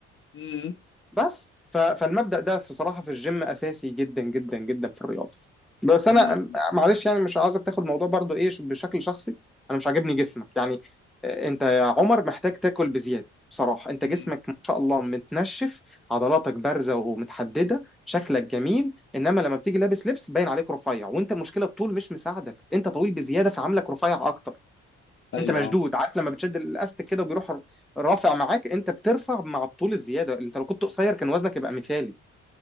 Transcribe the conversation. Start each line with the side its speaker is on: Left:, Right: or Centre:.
Left: امم
Centre: بس ف- فالمبدأ ده في صراحة في الجيم أساسي جدا جدا جدا في الرياضة بس أنا
Left: امم
Centre: معلش يعني مش عايزك تاخد الموضوع برضو إيه بشكل شخصي أنا مش عاجبني جسمك يعني آه، أنت يا عمر محتاج تاكل بزيادة بصراحة أنت جسمك
Left: امم
Centre: ما شاء الله متنشف عضلاتك بارزة ومتحددة شكلك جميل إنما لما بتيجي لابس لبس باين عليك رفيع وأنت المشكلة الطول مش مساعدك أنت طويل بزيادة فعاملك رفيع أكتر
Left: ايوه
Centre: انت مشدود
Left: آه.
Centre: عارف لما بتشد الاستك كده وبيروح رافع معاك انت بترفع مع الطول الزياده انت لو كنت قصير كان وزنك يبقى مثالي